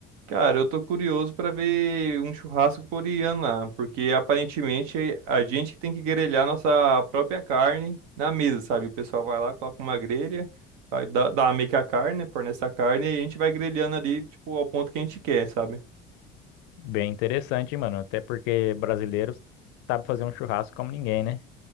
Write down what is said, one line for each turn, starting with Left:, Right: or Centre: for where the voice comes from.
Right: Cara, eu tô curioso pra ver um churrasco coreano lá, porque aparentemente a gente que tem que grelhar nossa própria carne na mesa, sabe? O pessoal vai lá, coloca uma grelha, vai dar, dar meio que a carne, né? fornece a carne e a gente vai grelhando ali, tipo, ao ponto que a gente quer, sabe?
Left: Bem interessante, hein, mano. Até porque brasileiros sabe fazer um churrasco como ninguém, né?